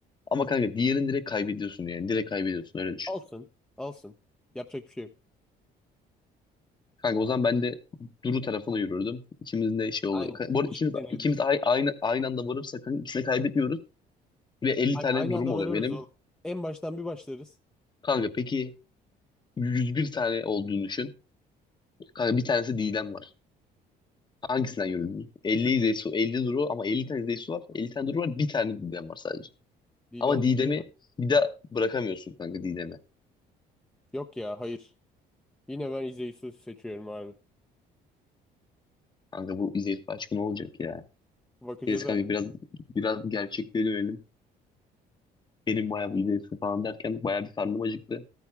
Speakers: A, on the left; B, in the centre.
A: ama kanka diğerini direkt kaybediyorsun yani. Direkt kaybediyorsun öyle düşün.
B: Alsın. Alsın. Yapacak bir şey yok.
A: Kanka o zaman ben de Duru tarafına yürürdüm. İkimizin de şey oluyor.
B: Aynen.
A: Ka- Bu arada
B: Eşitlenirdik.
A: ikimiz, ikimiz ay- aynı, aynı anda varırsak kanka ikisini kaybetmiyoruz. Ve 50
B: Aynı,
A: tane
B: aynı
A: durum
B: anda
A: oluyor
B: varırız
A: benim.
B: oğlum. En baştan bir başlarız.
A: Kanka peki 101 tane olduğunu düşün. Kanka bir tanesi Didem var. Hangisinden yürüdün? 50 Zeysu, 50 Duru ama 50 tane Zeysu var. 50 tane Duru var. Bir tane Didem var sadece.
B: Didem
A: Ama Didem'i
B: şey mi?
A: bir daha bırakamıyorsun kanka Didem'i.
B: Yok ya hayır. Yine ben İzeysu'yu seçiyorum abi.
A: Kanka bu İzeysu aşkı ne olacak ya?
B: Bakacağız
A: Neyse
B: artık.
A: kanka biraz biraz gerçekliğe dönelim. Benim bayağı bu İzeysu falan derken bayağı bir karnım acıktı.